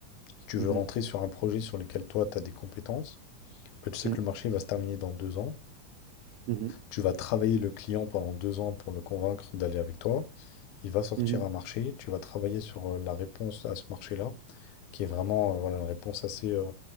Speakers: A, on the left; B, on the right.
A: Si Tu
B: mhm,
A: veux rentrer sur un projet sur lequel toi tu as des compétences, bah, tu sais
B: mhm,
A: que le marché va se terminer dans 2 ans.
B: mhm,
A: Tu vas travailler le client pendant deux ans pour le convaincre d'aller avec toi. Il va sortir
B: mhm,
A: un marché. Tu vas travailler sur euh, la réponse à ce marché-là, qui est vraiment euh, voilà, une réponse assez euh,